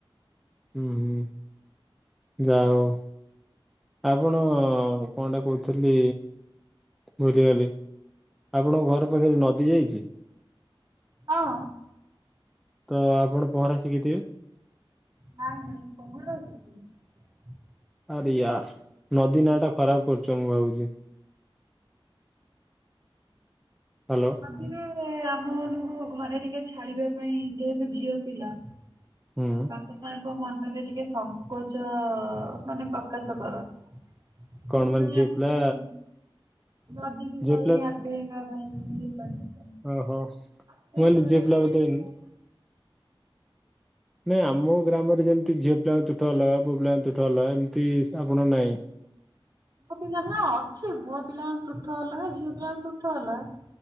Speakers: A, in the centre; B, on the right (about 45°).
A: ହୁଁ ହୁଁ ଯାହୋଉ। ଆପଣ କଣଟା କହୁଥିଲି ବୁଲିଗଲି ଆପଣଙ୍କ ଘର ପାଖରେ ନଦୀ ଯାଇଚି?
B: ହଁ।
A: ତ ଆପଣ ପହଁରା ଶିଖିଥିବେ?
B: ନାଇଁ ନାଇଁ ପହଁରା ସିକିନି।
A: ଆରେ ୟାର ନଦୀ ନାଁ ଟା ଖରାପ କରୁଛ ମୁଁ ଭାବୁଚି। ହ୍ୟାଲୋ
B: ନଦୀରେ ରେ ଆମ ମାନଙ୍କୁ ଘରେ ଟିକେ ଛାଡିବା ପାଇଁ ଯେହେତୁ ଝିଅ ପିଲା
A: ହୁଁ
B: ବାପା ମାଙ୍କ ମନରେ ଟିକେ ସଙ୍କୋଚ ମାନେ ପ୍ରକାଶ କରନ୍ତି। ସେ
A: କଣ
B: ଦିନ
A: ମାନେ ଝିଅ
B: <unintelligible>
A: ପିଲା
B: କାଇଁ ନଦୀ କି
A: ଝିଅ
B: ଯାଇକି ଗାଧେଇବା <unintelligible>
A: ଓ ହୋ ମୁଁ
B: ସେଇ
A: କହିଲି
B: ଡରରେ
A: ଝିଅ ପିଲା ବୋଧେ ନାଇଁ ଆମ ଗ୍ରାମରେ ଯେମିତି ଝିଅ ପିଲାଙ୍କ ତୁଠ ଅଲଗା ପୁଅ ପିଲାଙ୍କ ତୁଠ ଅଲଗା ଏମିତି ଆପଣ ନାଇଁ?
B: ପିଲା ହେଲା ଅଛି ପୁଅ ପିଲାଙ୍କ ତୁଠ ଅଲଗା ଝିଅ ପିଲାଙ୍କ ତୁଠ ଅଲଗା।